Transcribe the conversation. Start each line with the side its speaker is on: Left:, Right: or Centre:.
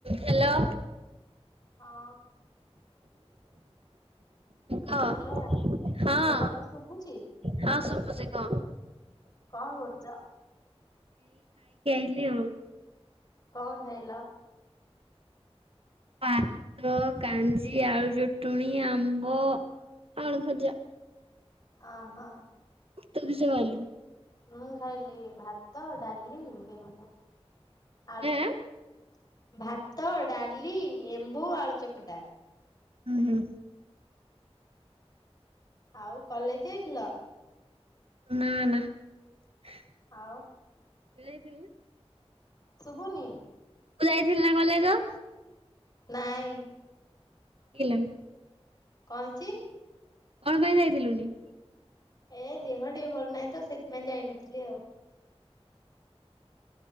Right: ହ୍ୟାଲୋ।
Left: ହଁ।
Right: କହ
Left: ହ୍ୟାଲୋ
Right: ହଁ
Left: ମୁଁ କଥା ଶୁଭୁଛି।
Right: ହଁ ଶୁଭୁଛି କହ
Left: କଣ କରୁଛ?
Right: ଉଠିଲି ଆଉ।
Left: କଣ ଖାଇଲ?
Right: ଭାତ କାଞ୍ଜି ଆଳୁ ଚଟୁଣି ଆମ୍ବ। ଆଳୁ ଭଜା।
Left: ଅ ହଁ।
Right: ତୁ କିସ ଖାଇଲୁ?
Left: ମୁଁ ଖାଇଲି ଭାତ ଡାଲି ଲେମ୍ବୁ ଆଳୁ ଚକଟା।
Right: ଏଁ
Left: ଭାତ ଡାଲି ଲେମ୍ବୁ ଆଳୁ ଚକଟା।
Right: ହୁଁ ହୁଁ।
Left: ଆଉ କଲେଜ ଯାଇଥିଲ?
Right: ନା ନା। ତୁ
Left: ଆଉ
Right: ଯାଇଥିଲୁ ନା?
Left: ଶୁଭୁନି?
Right: ତୁ ଯାଇଥିଲୁ ନା କଲେଜ?
Left: ନାଇଁ।
Right: <unintelligible>
Left: କଣ ହେଇଚି?
Right: କଣ ପାଇଁ ଯାଇଥିଲୁନି?
Left: ଏ ଦେହ ଟିକେ ଭଲ ନାହିଁ ତ ସେଇଥିପାଇଁ ଯାଇନଥିଲି ଆଉ।